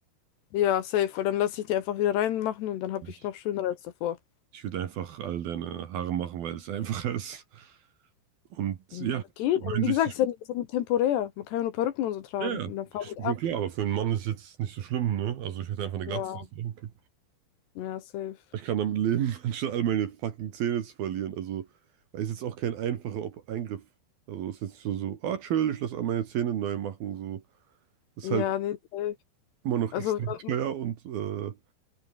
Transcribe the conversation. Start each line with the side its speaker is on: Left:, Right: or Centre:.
Left: Ja, safe, weil dann lasse ich die einfach wieder reinmachen und dann habe
Right: Ich,
Left: ich noch schöner als davor.
Right: ich würde einfach all deine Haare machen, weil es einfacher ist. Und
Left: Mhm.
Right: ja,
Left: Geht,
Right: 69.
Left: aber wie gesagt, ist ja, ist ja nur temporär. Man kann ja nur Perücken und so tragen
Right: Ja, ja,
Left: und dann fahren
Right: ist
Left: die
Right: bin
Left: ab.
Right: schon klar, aber für einen Mann ist jetzt nicht so schlimm, ne? Also ich hätte einfach eine
Left: Ja,
Right: Glatze. das wäre Okay.
Left: ja, safe.
Right: Ich kann damit leben, <laughs> anstatt all meine fucking Zähne zu verlieren. Also, weil es ist jetzt auch kein einfacher Ob Eingriff. Also ist jetzt nicht so, so, ah, chill, ich lasse all meine Zähne neu machen. So, ist
Left: Ja,
Right: halt
Left: nee, safe.
Right: immer noch
Left: Also,
Right: extrem
Left: man-
Right: teuer und äh,